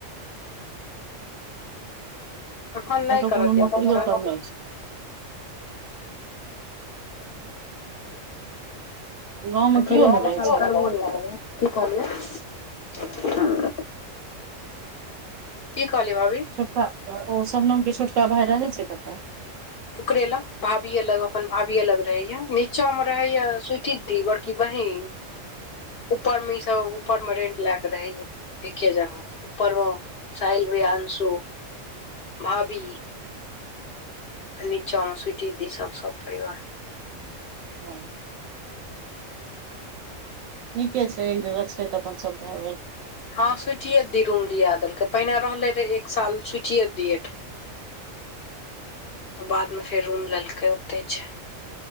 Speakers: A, on the left (about 55°); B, on the right (about 85°).
A: अखन
B: कतहु
A: नय
B: कोनो
A: करत
B: नौकरियो
A: एक दु साल
B: सब नहि छै गाँव मे
A: अ
B: केओ नहि रहै
A: सरकार
B: छै
A: बोलत <unintelligible> की कहलियै हूं की कहलीय भाभी
B: ओ शबनम के छोटका भाय रहै छै कतऽ
A: ओकरे लग भाभी यऽ लग अपन भाभी अ लग रहे या नीचा में रहे या स्वीटि देवर की बहिन
B: <inaudible>
A: ऊपर मे ई सब ऊपर मे रेंट लय के रहे एके जगह ऊपर मे साहिल भाईया अंशु भाभी आ नीचा में स्वीटी दी सब सब परिवार
B: हँ नीके छै एक जगह छै तऽ अपन सबै
A: हँ सुटिये ये दी रूम दिया देलकै पहिने रहले रहे एक साल सुटिये दियठ तऽ बादमे फेर रूम लेलकै ओतय छै